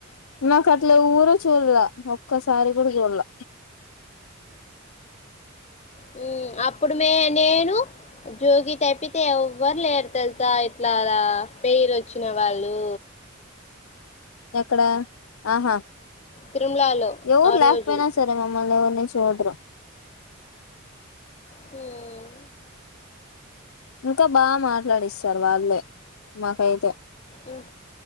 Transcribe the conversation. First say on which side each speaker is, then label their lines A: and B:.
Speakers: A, on the left; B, on the left.
A: నాకు అట్ల ఎవురూ చూడ్లా ఒక్కసారి కూడా చూడ్లా.
B: మ్మ్ అప్పుడు మే నేను జోగి తప్పితే ఎవ్వరు లేరు తెలుసా ఇట్ల అలా పేరు వొచ్చిన వాళ్ళు.
A: ఎక్కడ ఆఁ హా
B: తిరుమలలో
A: ఎవురు
B: ఆ
A: లేకపోయిన
B: రోజు
A: సరే మమ్మల్ని ఎవర్ చూడరు
B: హ్మ్
A: ఇంకా బాగా మాట్లాడిస్తారు వాళ్ళే మాకైతే.
B: మ్